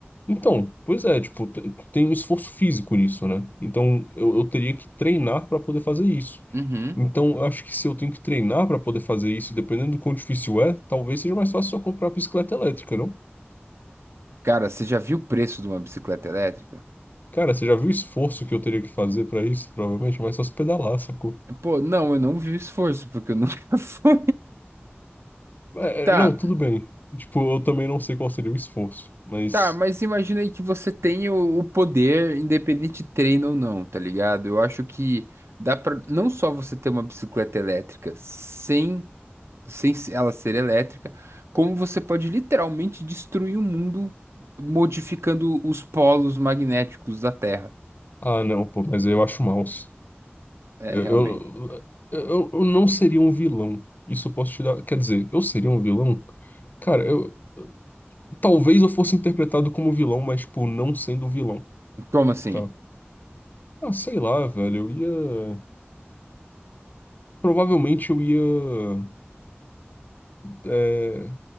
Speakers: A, on the left (about 45°); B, on the right (about 80°).
A: Então, pois é, tipo, te- tem um esforço físico nisso, né? Então eu, eu teria que treinar pra poder fazer isso.
B: Uhum.
A: Então, eu acho que se eu tenho que treinar para poder fazer isso, e dependendo do quão difícil é, talvez seja mais fácil só comprar a bicicleta elétrica, não?
B: Cara, você já viu o preço de uma bicicleta elétrica?
A: Cara, você já viu o esforço que eu teria que fazer para isso? Provavelmente é mais fácil pedalar, sacou?
B: Pô, não, eu não vi o esforço, porque eu nunca <laughs> fui.
A: É,
B: Tá,
A: é, não, tudo bem. Tipo, eu também não sei qual seria o esforço, mas.
B: tá, mas imagina aí que você tem o, o poder, independente de treino ou não, tá ligado? Eu acho que dá pra não só você ter uma bicicleta elétrica sem, sem se- ela ser elétrica, como você pode literalmente destruir o mundo modificando os polos magnéticos da Terra.
A: Ah, não, pô, mas eu acho mouse.
B: É,
A: Eu,
B: realmente.
A: eu, eu, eu não seria um vilão. Isso eu posso te dar. Quer dizer, eu seria um vilão? Cara, eu talvez eu fosse interpretado como vilão, mas, tipo, não sendo vilão,
B: Como assim?
A: tá? Ah, sei lá, velho, eu ia. Provavelmente eu ia eh,